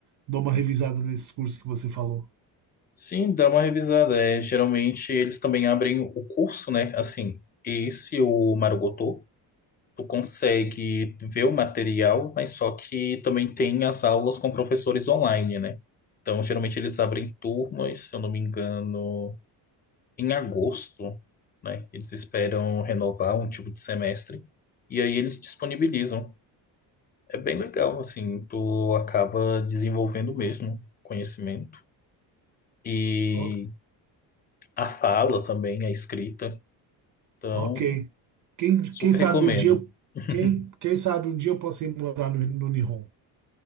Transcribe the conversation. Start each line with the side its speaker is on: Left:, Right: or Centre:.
Right: dou uma revisada nesses cursos que você falou.
Left: sim, dá uma revisada. É, geralmente eles também abrem o curso, né? Assim, esse o Marugoto. tu consegue ver o material, mas só que também tem as aulas com professores online, né? Então, geralmente eles abrem turmas, se eu não me engano, em agosto, né? Eles esperam renovar um tipo de semestre e aí eles disponibilizam. É bem legal, assim, tu acaba desenvolvendo mesmo conhecimento e
Right: O-
Left: a fala também, a escrita. Então,
Right: Ok. Quem,
Left: super
Right: quem sabe
Left: recomendo.
Right: um dia, eu-
Left: <laughs>
Right: quem, quem sabe um dia eu posso ir morar no, no Nihon.